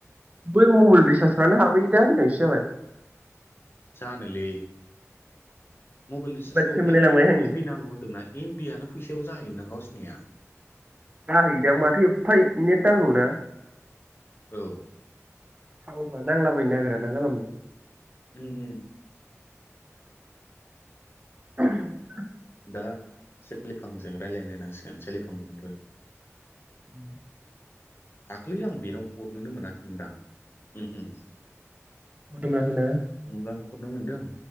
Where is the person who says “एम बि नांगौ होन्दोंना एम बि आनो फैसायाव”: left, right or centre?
Left